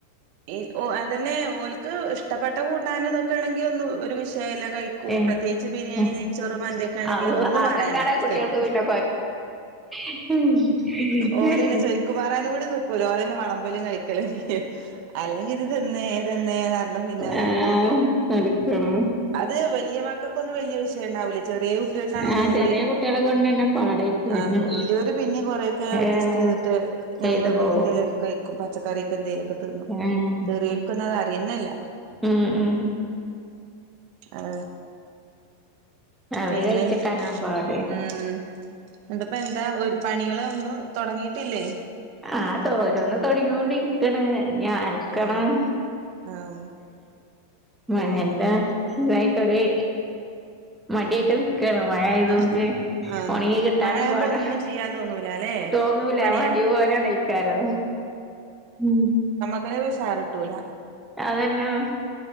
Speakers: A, on the right (about 40°); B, in the centre.
A: ഈ ഓ അതെന്നെ ഓൽക്ക് ഇഷ് ഇഷ്ടപ്പെട്ട കൂട്ടാനും ഇതൊക്കെ ആണെങ്കി ഒന്നും ഒരു വിഷയല്ല കഴിക്കും
B: ഏഹ്
A: പ്രത്യേകിച്ച് ബിരിയാണി
B: ഏഹ്
A: നെയ് ച്ചോറും മന്തിയൊക്കെ ആണെങ്കി
B: അള്ളാ
A: ഒന്നും
B: അതൊക്കാണെ
A: പറയണ്ട
B: കുട്ടികൾക്ക്
A: കഴിക്കും.
B: പിന്നെ കൊഴപ്പല്ല
A: ഓലുപിന്നെ ചോയ്ക്കുമാറാനുംകൂടി നിക്കൂല ഓലന്നെ വെളമ്പലും കഴിക്കലും ചെയ്യും അല്ലെങ്കി ഇത് തിന്നേ തിന്നേന്നുപറഞ്ഞ് പിന്നാലെ
B: ആഹ്
A: നടക്കണം
B: നടക്കണോ
A: അത് വല്യമക്കക്കൊന്നും വല്യ വിഷയം ഇണ്ടാവൂല്ല ചെറിയ കുട്ടികൾക്കാണ് ഒന്നും
B: ആ ചെറിയ
A: കൂടി
B: കുട്ടികളെ കൊണ്ടന്നെ പാടായിക്കാരം
A: ആ വല്യോര് പിന്നേം കൊറേക്കെ അഡ്ജസ്റ്റുചെയ്തിട്ട്
B: ഏഹ് ചെയ്തു
A: നമ്മള്
B: പോവും
A: എന്തെലൊക്കെ കഴിക്കും പച്ചക്കറിയൊക്കെ എന്തെലൊക്കെ തിന്നും
B: ഏഹ്
A: ചെറിയോൽക്കൊന്നും അത് അറിയെന്നെയില്ല
B: ഉം ഉം
A: ആ
B: അവര്
A: പിന്നെ
B: കഴിച്ചിട്ടാനാ പാട്
A: ഉം എന്ന്ട്ട് ഇപ്പ എന്താ ഒരു പണികളൊന്നും തൊടങ്ങീട്ടില്ലേ
B: ആ തോരോന്ന് തൊടങ്ങിയോണ്ടിരിക്കണ് യാ അലക്കണം
A: ഏഹ് ആഹ്
B: മഴയൊണ്ടാ
A: ഏഹ്
B: ഇതായിട്ടൊര് മടിയായിട്ട് നിക്കാണ് മഴ ആയതോണ്ട്
A: ആഹ് ആഹ്
B: ഒണങ്ങികിട്ടാനും
A: മഴയാകുമ്പോ
B: പാടാണ്
A: ഒന്നും ചെയ്യാൻ തോന്നൂല അല്ലേ
B: തോന്നൂല്ലാ
A: പണിയ
B: വടി പോലാണെ ക്കാരോ ഉം
A: ക്കന്നെ ഒരു ഉഷാറ്കിട്ടൂല
B: അതെന്നാ